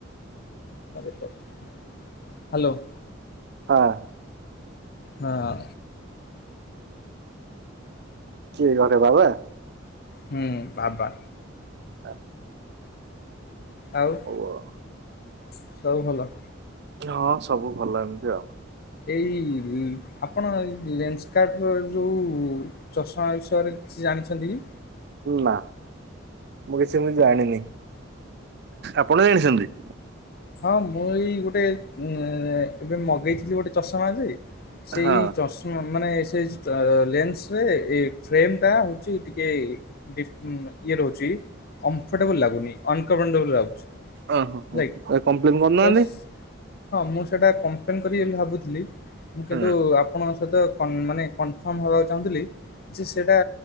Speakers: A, on the left; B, on the right.
A: <unintelligible> ହାଲୋ।
B: ହଁ।
A: ହଁ।
B: କିଏ ଘରେ ବାବା?
A: ହୁଁ, ବାବା।
B: ହଁ।
A: ଆଉ
B: ଆଉ
A: ସବୁ ଭଲ?
B: ହଁ ସବୁ ଭଲ ଏମିତି ଆଉ।
A: ଏଇ ଆପଣ ଏଇ ଲେନ୍ସକାର୍ଟ ର ଯୋଉ ଚଷମା ବିଷୟରେ କିଛି ଜାଣିଛନ୍ତି କି?
B: ନା ମୁଁ କିଛି ଏମିତି ଜାଣିନି। ଆପଣ ଜାଣିଛନ୍ତି?
A: ହଁ ମୁଁ ଏଇ ଗୋଟେ ଉଁ, ଏ, ଏବେ ମଗେଇଥିଲି ଗୋଟେ ଚଷମା ଯେ। ସେଇ
B: ହଁ
A: ଚଷ ହଁ ମାନେ ସେ ତ ଲେନ୍ସ ରେ ଏ ଫ୍ରେମ୍ ଟା ହଉଛି ଟିକେ ଡିସ୍ ଉଁ, ଇଏ ରହୁଛି କମ୍ଫର୍ଟେବଲ୍ ଲାଗୁନି, ଅନକମ୍ଫର୍ଟେବଲ ଲାଗୁଛି।
B: ଓ ହୋ,
A: ହେଲା
B: ହୋ
A: କିି
B: ଏ କମ୍ପ୍ଲେନ୍ କରୁନାହାନ୍ତି।
A: ତ ସ- ହଁ ମୁଁ ସେଇଟା କମ୍ପ୍ଲେନ୍ କରିବି ବୋଲି ଭାବୁଥିଲି, ମୁଁ କିନ୍ତୁ
B: ହୁଁ
A: ଆ ଆପଣଙ୍କ ସହିତ କନ-ମାନେ କନଫର୍ମ ହବାକୁ ଚାହୁଁଥୁଲି। ଯେ ସେଟା